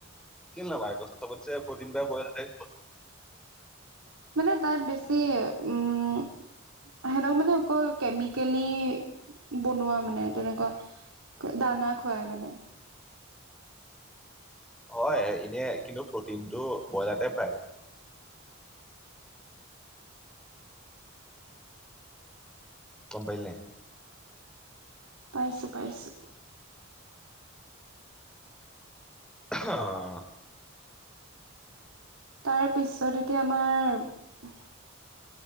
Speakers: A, in the centre; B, on the right.
A: কে নাপাইক সবৎসে প্ৰটিন পায় বইলাতে। <inaudible>
B: মানে তাত বেছি উম। সেহঁতক মানে অকল কেমিকেলি বনোৱা মানে তেনেকুৱা। <inaudible> দানা খুৱাই মানে।
A: হয় এনে কিন্তু প্ৰটিন টো ব্ৰইলাতে পায়। কম পালি নাই
B: পাইছোঁ পাইছোঁ।
A: <inaudible> অ।
B: তাৰ পিছত এতিয়া আমাৰ